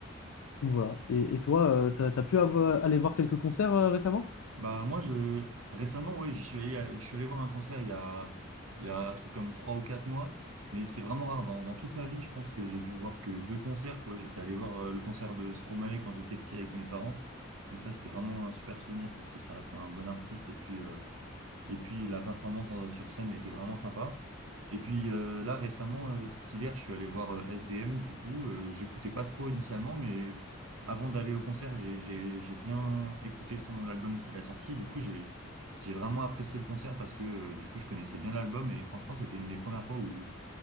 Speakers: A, on the left; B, on the right.
A: donc voilà. Et, et toi, euh, t'as, t'as pu avoir- aller voir quelques concerts euh, récemment?
B: Bah moi je récemment ouais j'y suis allé à- je suis allé voir un concert il y a il y a un truc comme trois ou quatre mois mais c'est vraiment rare dans, dans toute ma vie je pense que j'ai dû voir que deux concerts quoi j'étais allé voir euh, le concert de Stromae quand j'étais petit avec mes parents donc ça c'était vraiment un super souvenir parce que ça reste un bon artiste et puis euh, et puis la performance euh, sur scène était vraiment sympa. Et puis euh, là récemment, euh, cet hiver, je suis allé voir euh, SDM. Du coup, euh, j'écoutais pas trop initialement, mais avant d'aller au concert, j'ai j'ai j'ai bien écouté son album qu'il a sorti. du coup, j'ai j'ai vraiment apprécié le concert parce que euh, du coup, je connaissais bien l'album et franchement, c'était une des premières fois où,